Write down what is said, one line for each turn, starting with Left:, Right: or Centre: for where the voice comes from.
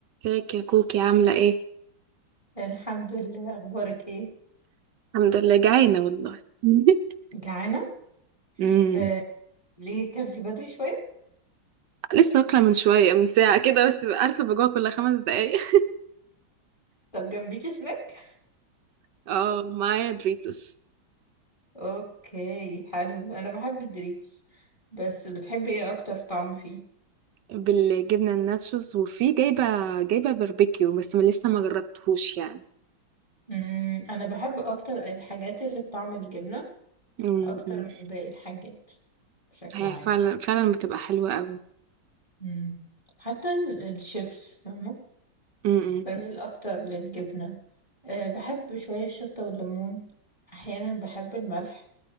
Right: ازيك يا كوكي عاملة ايه؟
Left: الحمد لله اخبارك ايه
Right: الحمد لله جعانة والله <laughs>
Left: جعانه
Right: امم
Left: آه، ليه كلتي بدري شويه
Right: لسه واكلة من شوية من ساعة كده بس عارفة بجوع كل خمس دقايق
Left: طب جنبيكي سناك
Right: <laughs> اه معايا دريتوس
Left: اوكي حلو انا بحب الدريتس بس بتحبي ايه اكتر طعم فيه
Right: بالجبنة الناتشوز وفي جايبة جايبة باربيكيو بس ما لسه ما جربتهوش يعني
Left: امم انا بحب اكتر الحاجات اللي بطعم الجبنه
Right: امم
Left: اكتر من باقي الحاجات بشكل
Right: هي
Left: عام
Right: فعلا فعلا بتبقى حلوة قوي
Left: امم حتى ال- الشيبس فاهمه
Right: امم
Left: بميل اكتر للجبنه أه بحب شويه الشطه والليمون احيانا بحب الملح